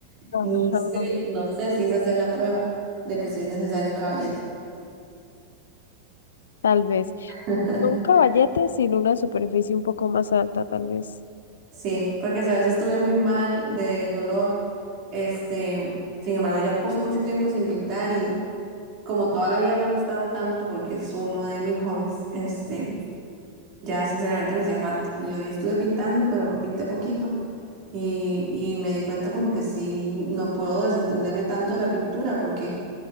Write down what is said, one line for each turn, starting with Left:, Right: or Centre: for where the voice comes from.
Left: Ajá.
Right: No sé, no sé si esa sea la prueba de que sí es necesario un caballete.
Left: tal vez.
Right: <laughs>
Left: no Un caballete sino una superficie un poco más alta, tal vez.
Right: Sí, porque a veces estuve muy mal del dolor. Este, sin embargo, ya pasó mucho tiempo sin pintar y como toda la vida me ha gustado tanto porque es uno de mis hobbies, este, Ya sinceramente me hacía falta. Y hoy estuve pintando, pero pinté poquito. Y, y me di cuenta como que sí, no puedo desentenderme tanto de la pintura porque